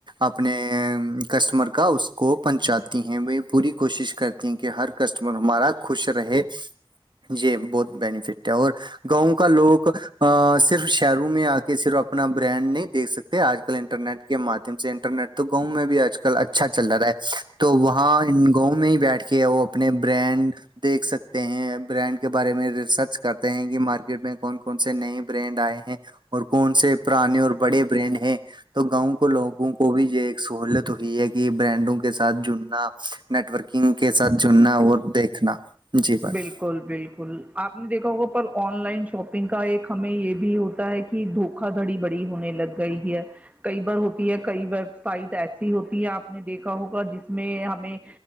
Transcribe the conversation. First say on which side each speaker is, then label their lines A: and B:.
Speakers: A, on the right; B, on the right.
A: اپنے کسٹمر کا اس کو پہنچاتی ہیں وہ پوری کوشش کرتی ہیں کہ ہر کسٹمر ہمارا خوش رہے یہی بہت بینفٹ ہے اور گاؤں کا لوگ صرف شہروں میں آ کے صرف اپنا برانڈ نہیں دیک سکتے آج کل انٹرنیٹ کے مادھیم سے انٹرنیٹ تو گاؤں میں بھی آج کل اچھا چل رہا ہے تو وہاں گاؤں میں ہی بیٹھ کے وہ اپنے برانڈ دیکھ سکتے ہیں برانڈ کے بارے میں سرچ کرتے ہیں کہ مارکیٹ میں کون کون سے نئے برانڈ آئے ہیں اور کون سے سے پرانیے اور بڑے بریڈ ہیں تو گاؤں کو لوگوں کو بھی یہ ایک سہولت تو یہ ہے کہ برانڈوں کے ساتھ جڑنا نیٹورکنگ کے ساتھ جڑنا اور دیکھنا جی بات
B: بالکل بالکل بالکل آپ نے دیکھا ہوگا پر آن لائن شاپنگ کا ایک ہمیں یہ بھی ہوتا ہے کہ د دکھا دھڑی بڑی ہونے لگ گئی ہے کئی بار ہوتی ہے کئی ویب سائٹ ایسی ہوتی ہے آپ نے دیکھا ہوگا جس میں ہمیں